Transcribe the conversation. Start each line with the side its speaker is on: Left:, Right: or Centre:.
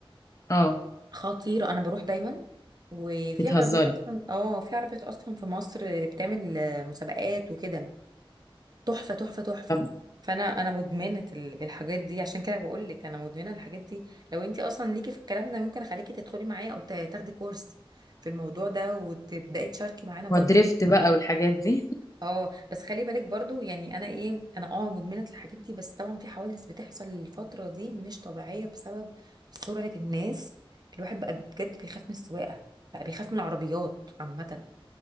Left: اه
Right: خطيره انا بروح دايما وفي
Left: بتهزري
Right: عربيات اصلا اه في عربيات اصلا في مصر بتعمل آه، مسابقات وكده تحفه تحفه تحفه
Left: طب
Right: فانا انا مدمنه ال- الحاجات دي عشان كده بقول لك انا مدمنه الحاجات دي لو انت اصلا ليكي في الكلام ده ممكن اخليكي تدخلي معايا او تا- تاخدي كورس في الموضوع ده وتبداي تشاركي معانا برضه
Left: ودريفت بقى والحاجات دي
Right: اه بس خلي بالك برضو يعني انا ايه انا اه مدمنه الحاجات دي بس طبعا في حوادث بتحصل الفتره دي مش طبيعيه بسبب سرعه الناس الواحد بقى بجد بيخاف من السواقه بقى بيخاف من العربيات عامه